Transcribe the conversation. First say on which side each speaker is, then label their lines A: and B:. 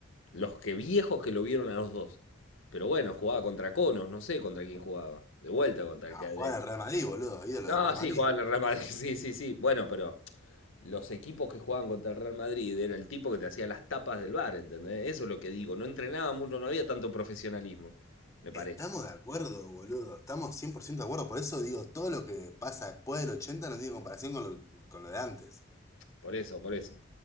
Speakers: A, on the left (about 75°); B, on the left (about 15°).
A: Los que viejos que lo vieron a los dos. Pero bueno, jugaba contra Conos, no sé contra quién jugaba. De vuelta contra el
B: no,
A: que.
B: jugaba en el Real Madrid, boludo, ídolo
A: No,
B: del Real
A: sí,
B: Madrid.
A: jugaba en el Real Madrid, <laughs> sí, sí, sí. Bueno, pero los equipos que jugaban contra el Real Madrid era el tipo que te hacía las tapas del bar, ¿entendés? Eso es lo que digo. No entrenaba mucho, no había tanto profesionalismo, me parece.
B: Estamos de acuerdo, boludo. Estamos 100% de acuerdo. Por eso digo, todo lo que pasa después del 80 no tiene comparación con lo, con lo de antes.
A: Por eso, por eso.